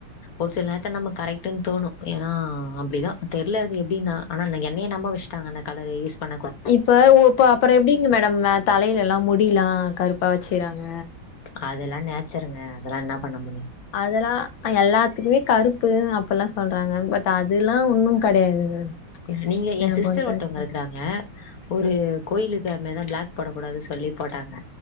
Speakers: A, on the left (about 50°); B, on the left (about 70°).
A: ஒரு சில நேர்த்ல நம்க் கரெக்ட்டுன் தோணு எனா அப்டிதா தெர்ல அது எப்டின்னா ஆனா என்னய நம்ப வெஷ்ட்டாங்க அந்த கலரு யூஸ் பண்ண கூடா
B: இப்ப ஓ இப்ப அப்பறோ எப்டிங்க மேடம் நா தலைல எல்லாம் முடியில்லா கருப்பா வெச்சிக்றாங்க
A: அதுல்லா நேச்சருங்க அதல்லா இன்னா பண்ண முடியு
B: அதுல்லா அ எல்லாத்துக்குமே கருப்பு அப்புல்லா சொல்றாங்க பட் அதுல்லா ஒன்னு கடையாது மேடம்
A: நீங்க என்
B: என்ன
A: சிஸ்டர்
B: பொறுத்த
A: ஒருத்தவ்ங்கருக்றாங்க
B: வரைக்கு
A: ஒரு கோயிலுக்கு அத்மேர்தா ப்ளாக் போடக் கூடாது சொல்லி போட்டாங்க